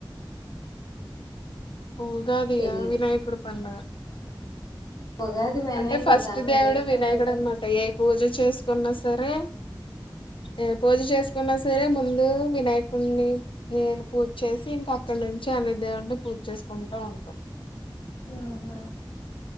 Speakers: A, on the left; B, on the left.
A: ఉ ఉగాది
B: తెలీదు
A: ఆ వినాయకుడు పండుగ
B: ఉగాది వినాయకుడిదా
A: అంటే ఫస్ట్ దేవుడు
B: వినాయక
A: వినాయకుడు
B: చవితి ఒకటే
A: అన్నమాట
B: అనుకున్నా
A: ఏ పూజ చేసుకున్నా సరే ఏ పూజ చేసుకున్నా సరే ముందు వినాయకుడిని నీ పూజ చేసి ఇంకా అక్ నుంచి అన్ని దేవుని పూజ చేసుకుంటూ ఉంటాం
B: ఉహ